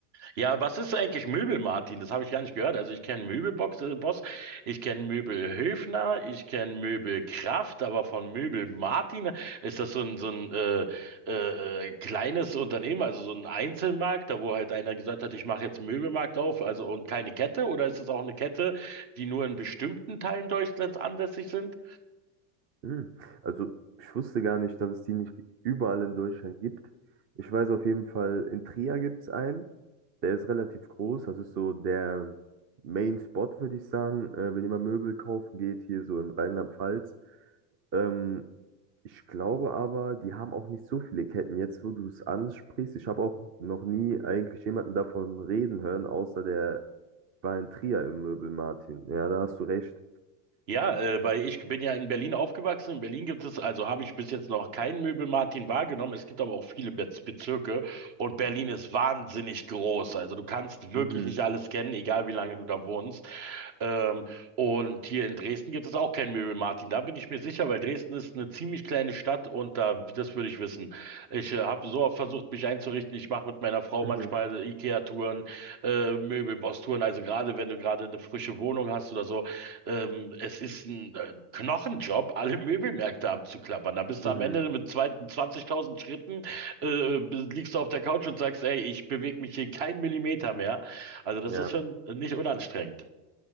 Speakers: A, on the right; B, on the right.
A: Ja, was ist eigentlich Möbel, Martin? Das habe ich gar nicht gehört. Also ich kenne Möbelbox, äh, Boss, ich kenne Möbelhöfner, ich kenne Möbelkraft, aber von Möbel Martin ist das so ein so ein äh, äh, äh, kleines Unternehmen, also so ein Einzelmarkt, da wo halt einer gesagt hat, ich mache jetzt einen Möbelmarkt auf, also und keine Kette, oder ist das auch eine Kette, die nur in bestimmten Teilen Deutschlands ansässig sind?
B: Mm, also ich wusste gar nicht, dass es die nicht überall in Deutschland gibt. Ich weiß auf jeden Fall, in Trier gibt es einen. Der ist relativ groß. Das ist so der Main Spot, würde ich sagen. Äh, wenn jemand Möbel kaufen geht, hier so in Rheinland-Pfalz. Ähm, Ich glaube aber, die haben auch nicht so viele Ketten. Jetzt, wo du es ansprichst, ich habe auch noch nie eigentlich jemanden davon reden hören, außer der war in Trier im Möbel, Martin. Ja, da hast du recht.
A: Ja, äh, weil ich bin ja in Berlin aufgewachsen. In Berlin gibt es, also habe ich bis jetzt noch keinen Möbel-Martin wahrgenommen. Es gibt aber auch viele Bez- Bezirke und Berlin ist wahnsinnig groß. Also du kannst wirklich
B: Mhm.
A: nicht alles kennen, egal wie lange du da wohnst. Ähm, und hier in Dresden gibt es auch kein Mary Martin. Da bin ich mir sicher, weil Dresden ist eine ziemlich kleine Stadt und da, das würde ich wissen. Ich äh, habe so oft versucht, mich einzurichten. Ich mache mit meiner Frau
B: Mhm.
A: manchmal IKEA-Touren, äh, Möbelboss-Touren. Also gerade, wenn du gerade eine frische Wohnung hast oder so, ähm, es ist ein äh, Knochenjob, alle Möbelmärkte abzuklappern. Da bist
B: Mhm.
A: du am Ende mit zwei, 20.000 Schritten, äh, liegst du auf der Couch und sagst, ey, ich bewege mich hier keinen Millimeter mehr. Also das
B: Ja.
A: ist schon nicht unanstrengend.